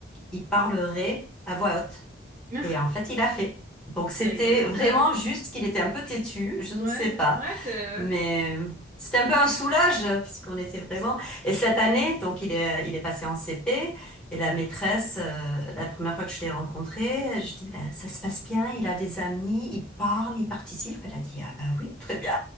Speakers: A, in the centre; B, on the right.
A: il parlerait à voix haute.
B: Ah,
A: Et en fait, il a fait. Donc c'était
B: c'est rigolo
A: vraiment
B: ça.
A: juste qu'il était un peu têtu, je
B: Ouais,
A: ne sais pas.
B: ouais, c'est.
A: Mais euh, c'était un peu un soulage euh, parce qu'on était vraiment. Et cette année, donc il est il est passé en CP et la maîtresse, euh, la première fois que je l'ai rencontré, euh, je dis ben ça se passe bien, il a des amis, il parle, il participe. Elle a dit ah bah oui très bien.